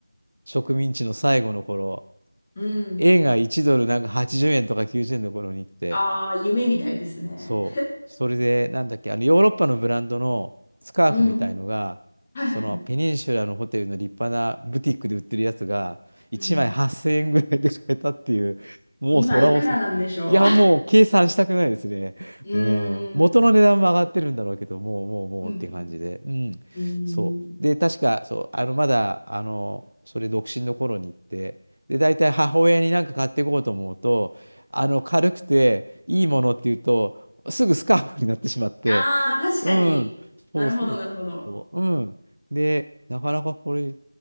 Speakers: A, on the right; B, on the left.
A: 植民地の最後の頃、
B: うん。
A: 円が1ドルなんか80円とか90円の頃に行って、
B: ああ、夢みたいですね。
A: そう。それで、なんだっけ、あの、ヨーロッパのブランドのスカーフみたいのが、
B: うん。はいはいはい。
A: そのペニンシュラのホテルの立派なブティックで売ってるやつが、1枚8000円ぐらいで買えたっていう、
B: うん、
A: もう空恐れ。
B: 今いくらなんでしょ
A: いや、もう計算したくないですね。
B: う。<laughs> うーん。
A: うん。元の値段も上がってるんだろうけど、もう、もう、もうって感じで。
B: うん。
A: うん。
B: うん。
A: そう。
B: うーん
A: で、確か、そう、あの、まだ、あの、それ独身の頃に行って、で、大体母親になんか買っていこうと思うと、あの、軽くて、いいものっていうと、すぐスカーフになってしまって、
B: ああ、確かに。
A: うん、そうそうそう、
B: なるほど、なるほど。
A: うん。で、なかなかこれ、